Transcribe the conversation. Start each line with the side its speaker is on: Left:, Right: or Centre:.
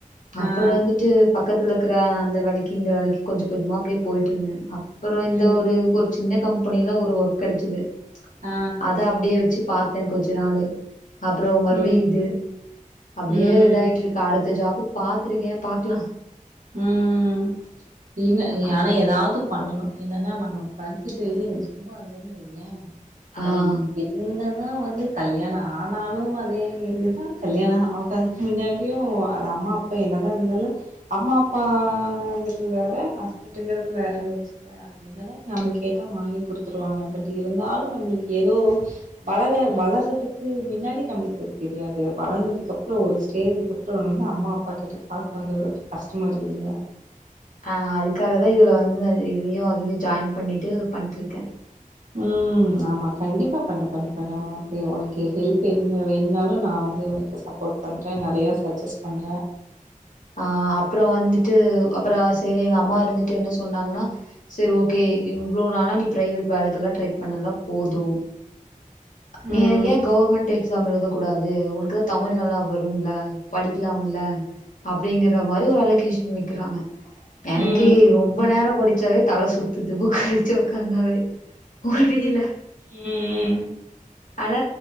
Left: அப்பற
Right: ஆ
Left: வந்துட்டு பக்கத்துல க்கற அந்த வேலைக்கு இந்த வேலைக்கு கொஞ்ச கொஞ்சமா அப்டியே போயிட்டிருந்த அப் அப்புற இந்த
Right: ம்
Left: ஒரு கொஞ்ச சின்ன கம்பெனில ஒரு ஒர்க் கெடச்சுது
Right: ஆ
Left: அத அப்டியே வெச்சு பா த்தே கொஞ்ச நாலு அப்புறம் மறுபடியும்
Right: ம்
Left: இது அப்பிடியே
Right: ம்
Left: இதாயிட்டு இருக்கா அடுத்த ஜாப் ஓ பாத்துருக்கே பாக்கலா
Right: ம் நீங்க எல்லாரு
Left: அப்டி
Right: எதாவது பண்ணணு என்னனா நம்ம படிச்சுட்டு சும்மா இந்தோன்னு வெயேன் அது
Left: ஆ
Right: எதுன்னா அதெல்லா வந்து கல்யாணம் ஆனாலும் அதே இதுதான் கல்யாண ஆகாததுக்கு மின்னாடியும் அது அம்மா அப்பா என்னதான் இருந்தாலும் அம்மா அப்பாங்கிறது வேற ஹஸ்பண்டங்கிறது வேறன்னு வச்சுக்குவே அது என்னதான் நம்ம கேட்டா வாங்கி குடுத்துருவாங்க பட் இருந்தாலும் நம்மளுக்கு ஏதோ வளர வளர்றதுக்கு மின்னாடி நம்பளுக்கு தெரியாது வளந்ததுக்கு அப்பறம் ஒரு ஸ்டேஜ்க்கு அப்பறம் ரொம்ப அம்மா அப்பா கிட்ட காசு வாங்கவே கஷ்டமா இருக்குதுல
Left: ஆ அதுக்காக தான் இதுல வந்து நா இதுலயு அதுலயு ஜாய்ண்ட் பண்ணிட்டு பண்ட்ருக்கேன்
Right: ம் ஆமா கண்டிப்பா பண்ணு பண்ணு பண்ணு ஓகே ஓனக்கு ஹெல்ப் என்ன வேணுனாலும் நான் வந்து உனக்கு சப்போர்ட் பண்றேன் நறைய சஜஸ்ட் பண்றே
Left: ஆ அப்புறம் வந்துட்டு அப்புறம் செரி எங்க அம்மா இருந்துட்டு என்ன சொன்னாங்கன்னா செரி ஓகே இவ்ளோ நாளா நீ பிரைவேட் வேலைக்குல்லா ட்ரை பண்ணலாம் போதும் அ நீ
Right: ம்.
Left: ஏன் கவுர்மெண்ட் எக்ஸாம் எழுதக் கூடாது உனக்குதான் தமிழ் நல்லா வரும்ல படிக்கலாம்ல அப்டிங்கிற மாரி ஒரு அலோகேஷன் வெக்கிறாங்க எனக்கே
Right: ம்.
Left: ரொம்ப நேர படிச் தல சுத்துது புக் உக்கந்தாவே முடில
Right: ம்.
Left: ஆனா